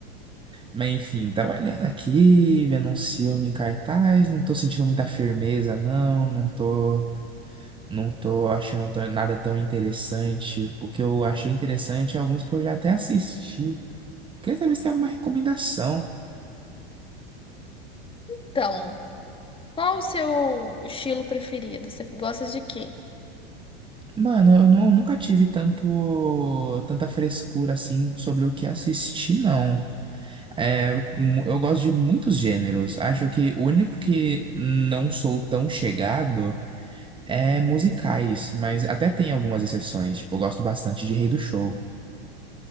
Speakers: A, on the right (about 15°); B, on the left (about 15°).
A: mas enfim, tava olhando aqui, vendo um filme em cartaz, não tô sentindo muita firmeza, não, não tô. Não tô achando tão- nada tão interessante. O que eu achei interessante é alguns que eu já até assisti. Queria saber se tem alguma recomendação.
B: Então, qual o seu estilo preferido? Você gosta de quê?
A: Mano, eu nu- nunca tive tanto, tanta frescura assim sobre o que assistir, não. É, eu eu gosto de muitos gêneros. Acho que o único que não sou tão chegado é musicais, mas até tem algumas exceções. Tipo, eu gosto bastante de Rei do Show,